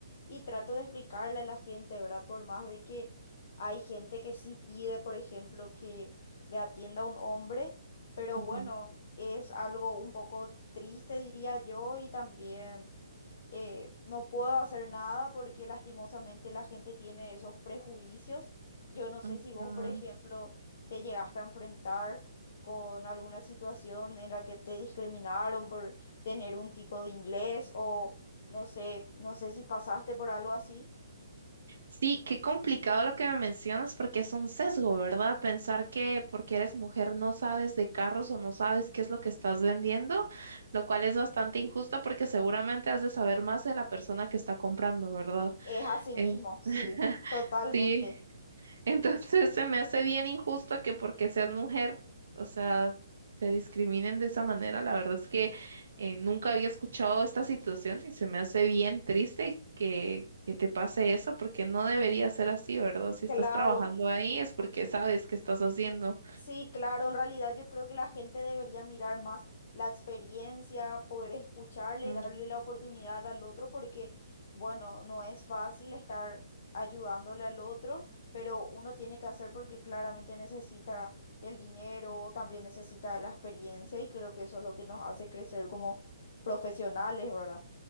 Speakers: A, on the left; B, on the right.
A: y trato de explicarle a la gente, ¿verdad? Por más de que hay gente que sí pide, por ejemplo, que le atienda a un hombre, pero
B: ujú,
A: bueno, es algo un poco triste, diría yo, y también eh, no puedo hacer nada porque lastimosamente la gente tiene esos prejuicios. Yo no sé
B: ujú.
A: si vos, por ejemplo, te llegaste a enfrentar con alguna situación en la que te discriminaron por tener un tipo de inglés o no sé, no sé si pasaste por algo así.
B: Sí, qué complicado lo que me mencionas porque es un sesgo, ¿verdad? Pensar que porque eres mujer no sabes de carros o no sabes qué es lo que estás vendiendo, lo cual es bastante injusto porque seguramente has de saber más de la persona que está comprando, ¿verdad?
A: Es así
B: En-
A: mismo, sí,
B: <laughs>
A: totalmente.
B: Sí. Entonces se me hace bien injusto que porque seas mujer, o sea, te discriminen de esa manera. La verdad es que eh, nunca había escuchado esta situación y se me hace bien triste que, que te pase eso porque no debería ser así, ¿verdad? Si
A: Claro.
B: estás trabajando ahí es porque sabes qué estás haciendo.
A: Sí, claro, en realidad yo creo que la gente debería mirar más la experiencia, poder escucharle
B: Mm.
A: y darle la oportunidad al otro porque, bueno, no es fácil estar ayudándole al otro, pero uno tiene que hacer porque claramente necesita el dinero, también necesita la experiencia y creo que eso es lo que nos hace crecer como profesionales, ¿verdad?